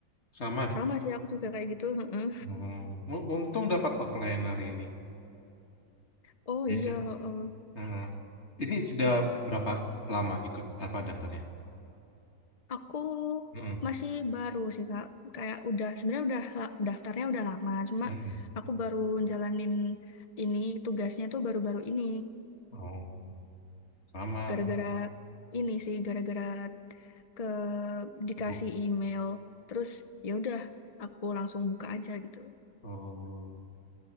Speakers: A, on the left (about 40°); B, on the left (about 55°).
A: Sama.
B: Sama sih aku juga kayak gitu. heeh.
A: Hmm. Un- Untung dapat outliner ini.
B: Oh iya,
A: Gitu.
B: heeh.
A: Hmm. Ini sudah berapa lama ikut apa daftarnya?
B: Aku
A: Hmm.
B: masih baru sih Kak. Kayak udah sebenarnya udah la- daftarnya udah lama. Cuma
A: Hmm.
B: aku baru jalanin ini tugasnya tuh baru-baru ini.
A: Oh, sama.
B: Gara-gara ini sih, gara-gara ke dikasih
A: Bu-
B: email. Terus ya udah, aku langsung buka aja gitu.
A: Oh.